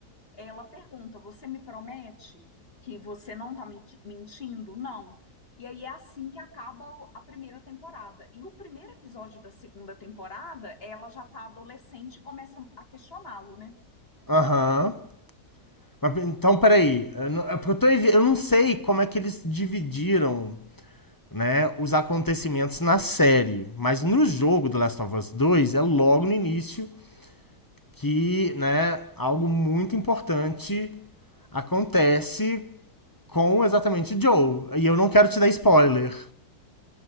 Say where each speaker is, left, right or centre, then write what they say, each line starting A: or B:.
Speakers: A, on the left; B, on the left.
A: Ela pergunta: Você me promete que você não está mentindo? Não. E aí é assim que acaba a primeira temporada. E o primeiro episódio da segunda temporada, ela já está adolescente e começa a questioná-lo, né?
B: Aham. Mas, então, peraí. Eu não, é porque eu, tô evi- eu não sei como é que eles dividiram né, os acontecimentos na série. Mas no jogo do Last of Us 2, é logo no início que né, algo muito importante acontece com exatamente Joel. E eu não quero te dar spoiler.